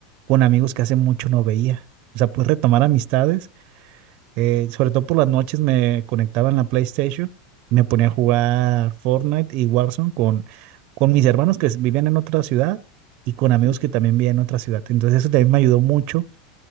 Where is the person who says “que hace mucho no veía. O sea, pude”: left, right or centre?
Right